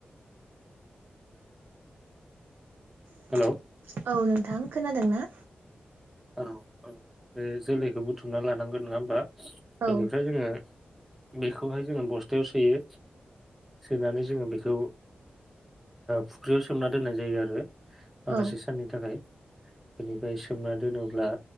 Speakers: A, on the right (about 75°); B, in the centre.
A: <inaudible>
B: हेलौ
A: औ नोंथां खोनादों ना?
B: औ औ बे जोलैखौ बुथुमना लानांगोन नङा होमबा? बेनिफ्राय
A: औ
B: जोङो बेखौहाय जोङो बस्थायाव सोयो सोनानै जोङो बेखौ ओ फुख्रियाव सोमना दोननाय जायो आरो माखासे
A: औ
B: साननि थाखाय बेनिफ्राय सोमना दोनोब्ला